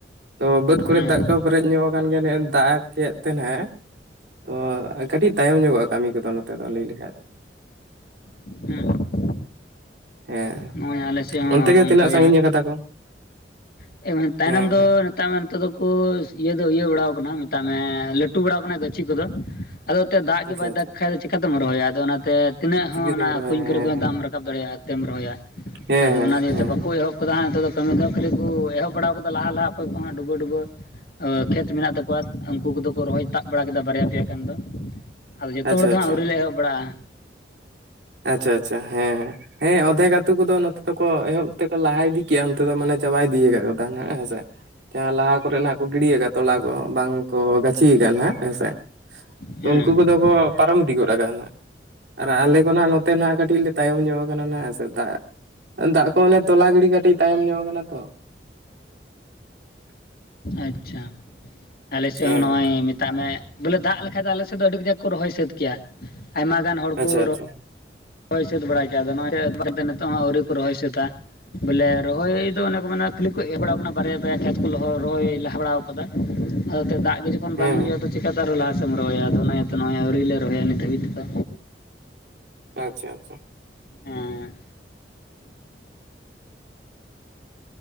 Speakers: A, on the right (about 75°); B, on the left (about 55°).
A: ᱛᱚ ᱵᱟᱹᱫᱽ ᱠᱚᱨᱮ
B: ᱦᱮᱸ
A: ᱫᱟᱜ ᱠᱚ ᱯᱮᱨᱮᱡ ᱧᱚᱜ ᱟᱠᱟᱱ ᱜᱮᱭᱟ ᱱᱮᱜ-ᱮ ᱫᱟᱜ ᱠᱮᱫ ᱛᱮ ᱱᱟᱦᱟᱜ ᱛᱚ ᱠᱟᱹᱴᱤᱡ ᱛᱟᱭᱚᱢ ᱧᱚᱜᱚᱜᱼᱟ ᱠᱟᱹᱢᱤ ᱠᱚᱫᱚ ᱱᱚᱛᱮ ᱫᱚ ᱞᱟᱹᱭ ᱞᱮᱠᱷᱟᱡ ᱫᱚ
B: ᱦᱩᱸ
A: ᱦᱮᱸ
B: ᱱᱚᱜᱼᱚᱭ ᱟᱞᱮ ᱥᱮᱫ ᱦᱚᱸ
A: ᱚᱱᱛᱮ ᱛᱤᱱᱟᱹᱜ
B: ᱚᱱᱠᱟ
A: ᱥᱟᱺᱜᱤᱧ
B: ᱜᱮ ᱦᱟᱸᱜ
A: ᱟᱠᱟᱫᱟ ᱠᱚ
B: <unintelligible> ᱛᱟᱭᱱᱚᱢ
A: ᱦᱮᱸ
B: ᱫᱚ
A: ᱦᱮᱸ
B: <unintelligible> ᱢᱮ ᱱᱤᱛᱚᱜ ᱫᱚᱠᱚ ᱤᱭᱟᱹ ᱫᱚ ᱤᱭᱟᱹ ᱵᱟᱲᱟᱣ ᱠᱟᱱᱟ ᱢᱮᱛᱟᱜ ᱢᱮ ᱞᱟᱹᱴᱩ ᱛᱩ ᱵᱟᱲᱟᱣ ᱟᱠᱟᱱᱟ ᱜᱟᱹᱪᱷᱤ ᱠᱚᱫᱚ ᱟᱫᱚ ᱮᱱᱚ ᱛᱮᱫ ᱫᱟᱜ ᱜᱮ
A: ᱟᱪᱪᱷᱟ
B: ᱵᱟᱭ
A: ᱟᱪᱪᱷᱟ
B: ᱫᱟᱜᱽ ᱠᱷᱟᱡ ᱫᱚ ᱪᱤᱠᱟ ᱛᱮᱢ ᱨᱚᱦᱚᱭᱟ ᱟᱫᱚ ᱚᱱᱟᱛᱮ ᱛᱤᱱᱟᱹᱜ ᱦᱚᱸ
A: ᱪᱤᱠᱟᱹᱛᱮᱢ
B: ᱚᱱᱟ
A: ᱨᱚᱦᱚᱭᱟ
B: ᱠᱩᱧ ᱠᱚᱨᱮ
A: ᱦᱮᱸ
B: ᱠᱚ
A: ᱦᱮᱸ
B: ᱫᱟᱢ ᱨᱟᱠᱟᱵ ᱫᱟᱲᱮᱭᱟᱜᱼᱟ ᱛᱮᱢ ᱨᱚᱦᱚᱭᱟ
A: ᱦᱮᱸ
B: ᱟᱫᱚ
A: ᱦᱮᱸ
B: ᱚᱱᱟ ᱤᱭᱟᱹᱛᱮ
A: ᱦᱮᱸ
B: <unintelligible> ᱮᱦᱚᱵ ᱠᱟᱫᱟ ᱱᱤᱛᱚᱜ ᱫᱚ ᱠᱟᱹᱢᱤ ᱫᱚ ᱠᱷᱟᱹᱞᱤ ᱠᱚ ᱮᱦᱚᱵ ᱵᱟᱲᱟᱣ ᱠᱟᱫᱟ ᱞᱟᱦᱟ ᱞᱟᱦᱟ ᱚᱠᱚᱭ ᱠᱚ ᱦᱟᱸᱜ ᱰᱩᱵᱟᱹ ᱰᱩᱵᱟᱹ ᱠᱷᱮᱛ ᱢᱮᱱᱟᱜ ᱛᱟᱠᱚᱣᱟ ᱩᱱᱠᱩ ᱠᱚᱫᱚ ᱠᱚ ᱨᱚᱦᱚᱭ ᱛᱟᱵ ᱵᱟᱲᱟ ᱠᱮᱫᱟ ᱵᱟᱨᱭᱟ ᱯᱮᱭᱟ ᱜᱟᱱ ᱫᱚ ᱟᱫᱚ ᱡᱚᱛᱚ
A: ᱟᱪᱪᱷᱟ
B: ᱦᱚᱲ ᱫᱚ ᱦᱟᱸᱜ
A: ᱟᱪᱪᱷᱟ
B: ᱟᱹᱣᱨᱤ ᱞᱮ ᱮᱦᱚᱵ ᱵᱟᱲᱟᱜᱼᱟ
A: ᱟᱪᱪᱷᱟ ᱟᱪᱪᱷᱟ ᱦᱮᱸ ᱦᱮᱸ ᱦᱮᱸ ᱚᱫᱫᱷᱮᱠ ᱟᱛᱩ ᱠᱚᱫᱚ ᱱᱚᱛᱮ ᱫᱚᱠᱚ ᱮᱦᱚᱵ ᱛᱮᱠᱚ ᱞᱟᱦᱟ ᱤᱫᱤ ᱠᱮᱜᱼᱟ ᱚᱱᱛᱮ ᱫᱚ ᱢᱟᱱᱮ ᱪᱟᱵᱟ ᱤᱫᱤᱟᱠᱟᱫ ᱠᱚ ᱦᱮᱸᱥᱮ ᱞᱟᱦᱟ ᱠᱚᱨᱮ ᱱᱟᱜ ᱠᱚ ᱜᱤᱰᱤ ᱠᱟᱜ ᱠᱚ ᱛᱚᱞᱟ ᱠᱚ ᱵᱟᱝ ᱠᱚ <unintelligible> <unintelligible> ᱦᱟᱜ ᱦᱮᱸᱥᱮ
B: ᱦᱮᱸ
A: ᱩᱱᱠᱩ ᱠᱚᱫᱚ ᱠᱚ ᱯᱟᱨᱚᱢ ᱤᱫᱤ ᱜᱚᱫ ᱟᱠᱟᱜᱼᱟ ᱱᱟᱜ ᱟᱨ ᱟᱞᱮ ᱱᱚᱛᱮ ᱱᱟᱱᱟᱜ ᱠᱟᱹᱴᱤᱡ ᱞᱮ ᱛᱟᱭᱚᱢ ᱧᱚᱜ ᱟᱠᱟᱱᱟ ᱱᱟ ᱥᱮ ᱫᱟᱜ ᱫᱟᱜ ᱠᱚ ᱚᱱᱮ ᱛᱚᱞᱟ ᱜᱤᱲᱤ ᱠᱟᱹᱴᱤᱡ ᱛᱟᱭᱚᱢ ᱧᱚᱜ ᱟᱠᱟᱱᱟ ᱛᱚ
B: ᱟᱪᱪᱷᱟ ᱟᱞᱮ ᱥᱮᱫ
A: ᱦᱮᱸ
B: ᱦᱚᱸ ᱱᱚᱜᱼᱚᱭ
A: ᱜᱚᱝᱠᱮ
B: ᱢᱮᱛᱟᱜ ᱢᱮ ᱵᱚᱞᱮ ᱫᱟᱜ ᱞᱮᱠᱷᱟᱡ ᱫᱚ ᱟᱞᱮ ᱥᱮᱫ ᱫᱚ ᱟᱹᱰᱤ ᱠᱟᱡᱟᱠ ᱠᱚ ᱨᱚᱦᱚᱭ ᱥᱟᱹᱛ ᱠᱮᱭᱟ ᱟᱭᱢᱟ ᱜᱟᱱ ᱦᱚᱲ
A: ᱟᱪᱪᱷᱟ
B: ᱠᱚ <unintelligible>
A: ᱟᱪᱪᱷᱟ
B: ᱨᱚᱦᱚᱭ ᱥᱟᱹᱛ ᱵᱟᱲᱟ ᱠᱮᱫ ᱟᱫᱚ ᱱᱚᱛᱮ ᱱᱤᱛᱚᱜ ᱦᱚᱸ ᱟᱹᱣᱨᱤ ᱠᱚ ᱨᱚᱦᱚᱭ ᱥᱟᱹᱛ ᱟ ᱵᱚᱞᱮ ᱨᱚᱦᱚᱭ ᱫᱚ ᱚᱱᱮ ᱠᱚ ᱢᱮᱱᱟ ᱠᱷᱟᱹᱞᱤ ᱠᱚ ᱮ ᱵᱟᱲᱟᱣ ᱠᱟᱱᱟ ᱵᱟᱨᱭᱟ ᱵᱟᱨᱭᱟ ᱠᱷᱮᱛ ᱠᱚ ᱠᱚᱦᱚ ᱨᱚᱦᱚᱭ ᱞᱟᱦᱟ ᱵᱟᱲᱟ ᱠᱟᱫᱟ ᱟᱫᱚ ᱛᱚ ᱫᱟᱜ ᱡᱚᱠᱷᱚᱱ
A: ᱦᱮᱸ
B: ᱵᱟᱝ ᱦᱤᱡᱩᱜᱼᱟᱚ
A: ᱦᱮᱸ
B: ᱪᱮᱠᱟ ᱛᱮ ᱟᱨᱚ ᱞᱟᱦᱟ ᱥᱮᱢ ᱨᱚᱦᱚᱭ-ᱟ ᱟ ᱚᱱᱟ ᱤᱭᱟᱹᱛᱮ ᱱᱚᱜᱼᱚᱭ ᱟᱹᱣᱨᱤ ᱞᱮ ᱨᱚᱦᱚᱭᱟ ᱱᱤᱛ ᱦᱟᱹᱵᱤᱡ ᱛᱮ ᱫᱚ
A: ᱟᱪᱪᱷᱟ ᱟᱪᱪᱷᱟ
B: ᱦᱮᱸ